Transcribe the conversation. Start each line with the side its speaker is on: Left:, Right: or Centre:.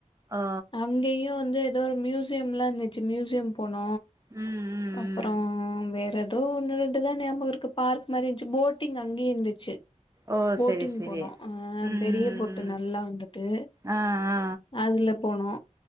Right: ஆ ஓ
Left: அங்கயு வந்து எதோ ஒரு மியூசியம்லா இர்ந்துச்சு மியூசியம் போனோ
Right: ம் ம்
Left: அப்றோ
Right: ம்
Left: வேற எதோ ஒன்னு ரெண்டுதா ஞாபகோ இருக்கு பார்க் மாரி இர்ந்ச்சு போட்டிங் அங்கயே இர்ந்துச்சு
Right: ஓ
Left: போட்டிங்
Right: செரி செரி
Left: போனோ அ
Right: ம்
Left: பெரிய
Right: ம்
Left: போட்டு
Right: ம்
Left: நல்லா இர்ந்துது
Right: ஆ ஆ
Left: அதுல போனோ